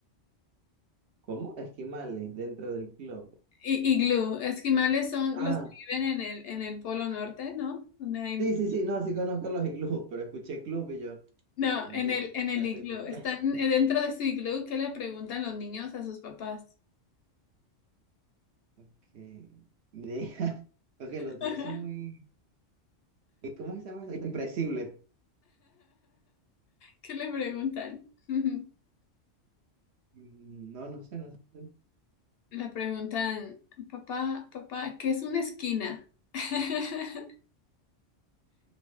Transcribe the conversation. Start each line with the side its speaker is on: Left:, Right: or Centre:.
Right: ¿Cómo? Esquimales dentro del club.
Left: I- iglú. Esquimales son
Right: Ah,
Left: los que viven en el, en el Polo Norte, ¿no? Donde hay...
Right: sí, sí, sí, no, sí conozco los iglús, pero escuché club y yo,
Left: No,
Right: ¿cómo
Left: en
Right: que
Left: el,
Right: club?
Left: en el
Right: ya
Left: iglú.
Right: sé, ya.
Left: Están eh, dentro de su iglú. ¿Qué le preguntan los niños a sus papás?
Right: Que mi idea, <laughs> ok, los
Left: <laughs>
Right: tuyos son muy, ¿cómo es que se llama eso? Impredecibles.
Left: ¿Qué le preguntan? <laughs>
Right: Mm, No, no sé, no sé.
Left: Le preguntan, papá, papá, ¿qué es una esquina? <laughs>